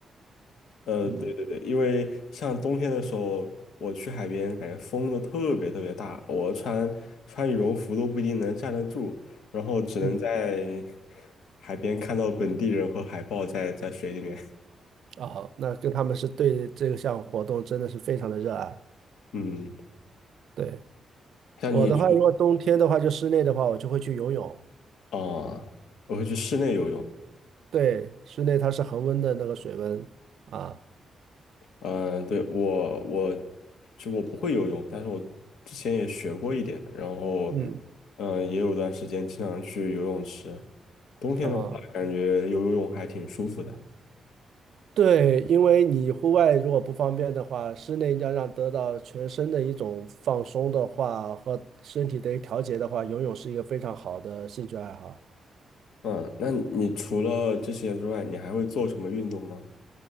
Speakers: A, on the left; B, on the right.
A: 呃，
B: 嗯
A: 对对对，因为像冬天的时候，我去海边，感觉风都特别特别大，我穿穿羽绒服都不一定能站得住，然后只能在
B: 嗯，
A: 海边看到本地人和海豹在在水里面，
B: 哦，那跟他们是对这项活动真的是非常的热爱。
A: <laughs> 嗯，
B: 对，
A: 像你去
B: 我的话，如果冬天的话，就室内的话，我就会去游泳。
A: 啊，我会去室内游泳，
B: 对，室内它是恒温的那个水温啊
A: 嗯，对，我我就我不会游泳，但是我之前也学过一点，然后
B: 嗯，
A: 嗯，也有段时间经常去游泳池。冬天的话，
B: 啊，
A: 感觉游游泳还挺舒服的。
B: 对，因为你户外如果不方便的话，室内要让得到全身的一种放松的话，和身体的调节的话，游泳是一个非常好的兴趣爱好。
A: 嗯，那你除了这些之外，你还会做什么运动吗？